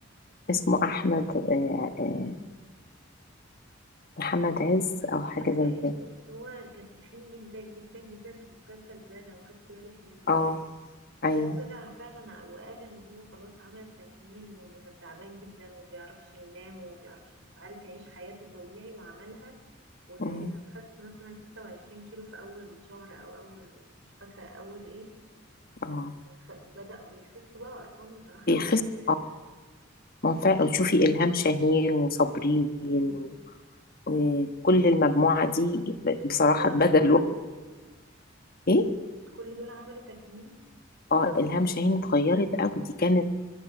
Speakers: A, on the left; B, on the right.
A: اسمه احمد آه، آه، محمد عز
B: بصي مش
A: او حاجه
B: فاكرة
A: زي
B: اسمه
A: كده
B: بس هو كان تخين جدا جدا جدا في المسلسل ده لو خدتي بالك منه
A: اه
B: يعني
A: ايوه
B: ده طلع فعلا ع- وقال ان هو خلاص عمل تكميم وانه كان تعبان جدا وما بيعرفش ينام وما بيعرفش مش عارف يعيش حياته طبيعي وعملها وتقريبا
A: أمم،
B: خس مثلا 26 كيلو في اول شهر او اول مش فاكره اول ايه
A: اه
B: بس كان خ... بدأ بيخسوا بقى ارقام بصراحه
A: في
B: مخيفه
A: قصه آه،
B: يعني
A: ما فا- شوفي الهام شاهين وصابرين و-
B: مم.
A: وكل المجموعه دي
B: بس
A: بصراحه
B: كل دول
A: اتبدلوا
B: عملوا تكميم
A: ايه
B: كل دول عملوا تكميم
A: اه الهام شاهين اتغيرت قوي دي كانت